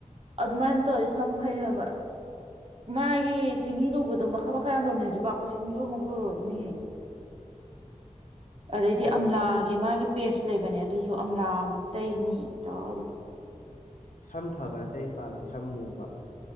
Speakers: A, on the right; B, on the left.
A: ꯑꯗꯨꯃꯥꯏꯅ ꯑꯗꯨꯝ ꯇꯧꯔꯗꯤ ꯁꯝ ꯐꯩ ꯍꯥꯏꯕ ꯃꯥꯒꯤ ꯆꯤꯡꯍꯤ ꯂꯨꯧꯕꯗꯣ ꯃꯈꯜ ꯃꯈꯜ ꯌꯥꯝ ꯂꯨꯕꯅꯦ ꯖꯨꯕꯥ ꯀꯨꯁꯨꯝꯁꯨ ꯑꯃꯨꯛ ꯂꯨꯅꯤ ꯑꯗꯩꯗꯤ
B: ꯑꯩ
A: ꯑꯝꯂꯥꯒꯤ ꯃꯥꯒꯤ ꯄꯦꯁ ꯂꯩꯕꯅꯦ ꯑꯗꯨꯁꯨ ꯑꯝꯂꯥ ꯑꯃꯨꯛ ꯇꯩꯅꯤ ꯇꯧꯔ ꯑꯗꯨꯝ
B: ꯁꯝ ꯐꯕ ꯅꯠꯇꯦ ꯑꯩꯅ ꯄꯥꯝꯃꯤ ꯁꯝ ꯃꯨꯕ